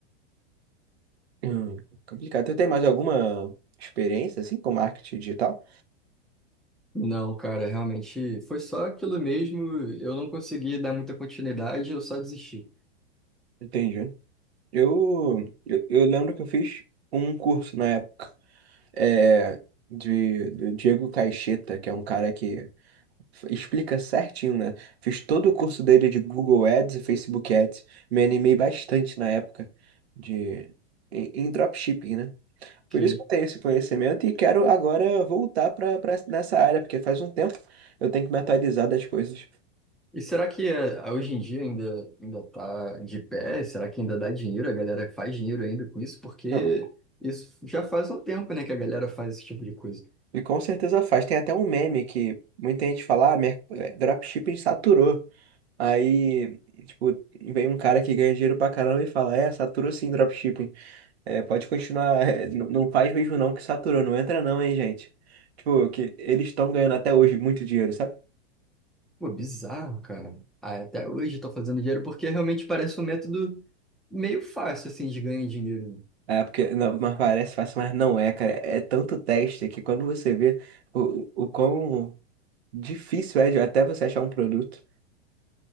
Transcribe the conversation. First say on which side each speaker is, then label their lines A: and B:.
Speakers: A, on the right (about 80°); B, in the centre.
A: Hum, complicado. Tu tem mais alguma experiência, assim, com marketing digital?
B: Não, cara, realmente foi só aquilo mesmo. Eu não consegui dar muita continuidade, eu só desisti.
A: Entendi. Eu, eu, eu lembro que eu fiz um curso na época, é, de, do Diego Caixeta, que é um cara que f- explica certinho, né? Fiz todo o curso dele de Google Ads e Facebook Ads. Me animei bastante na época de, em, em dropshipping, né?
B: Sim.
A: Por isso que eu tenho esse conhecimento e quero agora voltar para nessa área, porque faz um tempo eu tenho que me atualizar das coisas.
B: E será que eh, hoje em dia ainda ainda tá de pé? Será que ainda dá dinheiro? A galera faz dinheiro ainda com isso? Porque
A: Não.
B: isso já faz um tempo, né, que a galera faz esse tipo de coisa.
A: E com certeza faz. Tem até um meme que muita gente fala, ah, mer- eh, dropshipping saturou. Aí, tipo, vem um cara que ganha dinheiro pra caramba e fala, é, saturou sim dropshipping. É, pode continuar, <laughs> é, n- não faz mesmo não que saturou, não entra não, hein, gente. Tipo, que eles estão ganhando até hoje muito dinheiro, sabe?
B: Pô, bizarro, cara. Ah, até hoje tô fazendo dinheiro porque realmente parece um método meio fácil assim de ganhar dinheiro, né?
A: É, porque, não, mas parece fácil, mas não é, cara. É tanto teste que quando você vê o, o quão difícil é de até você achar um produto,